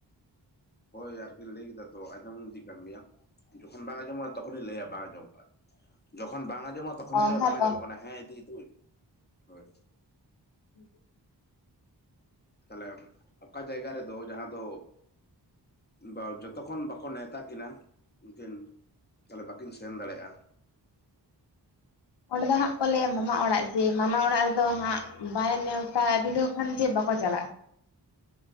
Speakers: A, on the left; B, on the left.
A: ᱦᱳᱭ ᱟᱨᱠᱤᱱ ᱞᱟᱹᱭ ᱠᱮᱫᱟ ᱛᱚ ᱟᱸᱡᱚᱢ ᱤᱫᱤ ᱠᱟᱱ ᱜᱮᱭᱟ᱾ ᱡᱚᱠᱷᱚᱱ ᱵᱟᱝ ᱟᱸᱡᱚᱢᱚᱜᱼᱟ ᱛᱚᱠᱷᱚᱱᱤᱧ ᱞᱟᱹᱭᱟ ᱵᱟᱝ ᱟᱸᱡᱚᱢᱚᱜ-ᱟ᱾ ᱡᱚᱠᱷᱚᱱ ᱵᱟᱝ ᱟᱸᱡᱚᱢᱚᱜᱼᱟ ᱛᱚᱠᱷᱚᱱᱤ
B: ᱚ
A: ᱞᱟᱹᱭᱟ
B: ᱦᱮᱸᱛᱚ
A: ᱵᱟᱝ ᱟᱸᱡᱚᱢᱚᱜ ᱠᱟᱱᱟ ᱦᱮᱸ ᱤᱫᱤ ᱫᱩᱧ ᱦᱳᱭ
B: <unintelligible>
A: ᱛᱟᱦᱞᱮ ᱚᱠᱟ ᱡᱟᱭᱜᱟ ᱨᱮᱫᱚ ᱡᱟᱦᱟᱸ ᱫᱚ ᱵᱟ ᱡᱚᱛᱚ ᱠᱷᱚᱱ ᱵᱟᱠᱚ ᱱᱮᱶᱛᱟ ᱠᱤᱱᱟ ᱩᱱᱠᱤᱱ ᱛᱟᱦᱚᱞᱮ ᱵᱟᱠᱤᱱ ᱥᱮᱱ ᱫᱟᱲᱮᱭᱟᱜᱼᱟ᱾
B: ᱚᱸᱰᱮ ᱫᱚ ᱦᱟᱸᱜ ᱠᱚ ᱞᱟᱹᱭᱟ ᱢᱟᱢᱟ ᱚᱲᱟᱜ ᱡᱮ ᱢᱟᱢᱟ ᱚᱲᱟᱜ ᱨᱮᱫᱚ ᱦᱟᱸᱜ ᱵᱟᱭ ᱱᱮᱣᱛᱟ ᱵᱤᱞᱟᱹᱣ ᱠᱷᱟᱱ ᱪᱮᱫ ᱵᱟᱠᱚ ᱪᱟᱞᱟᱜᱼᱟ᱾